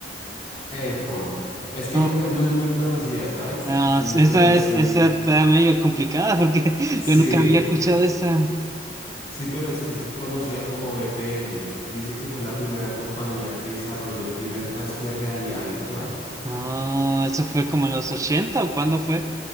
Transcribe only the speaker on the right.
Oh,
no,
esa,
es, esa está medio complicada porque <laughs>
yo nunca había escuchado esa.
no eso fue como en los ochenta o cuándo fue?